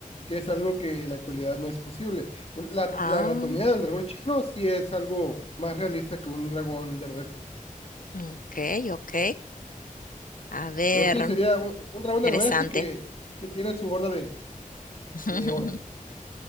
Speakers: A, on the left; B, on the left.
A: que es algo que en la actualidad no es posible. Un- La,
B: ah,
A: la anatomía del dragón chino sí es algo más realista que un dragón del oeste.
B: ok, ok. A ver,
A: Pero sí, sería un, un dragón
B: interesante.
A: del oeste que, que tiene su horda de,
B: <laughs>
A: de oro.